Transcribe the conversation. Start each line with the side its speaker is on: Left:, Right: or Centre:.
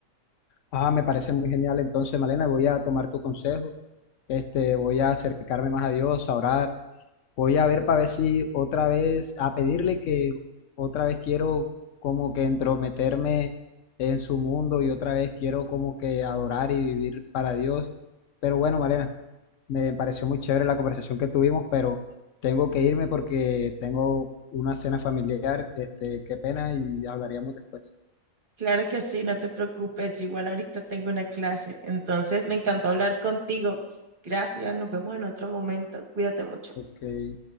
Left: Ah, me parece muy genial. Entonces, Malena, voy a tomar tu consejo. Este, voy a acercarme más a Dios, a orar, Voy a ver para ver si otra vez, a pedirle que otra vez quiero como que entrometerme en su mundo y otra vez quiero como que adorar y vivir para Dios. Pero bueno, Malena, me pareció muy chévere la conversación que tuvimos, pero tengo que irme porque tengo una cena familiar. Este, qué pena y hablaríamos después.
Right: Claro que sí, no te preocupes. yo Igual ahorita tengo una clase. Entonces, me encantó hablar contigo. Gracias, nos vemos en otro momento. Cuídate mucho.
Left: Ok.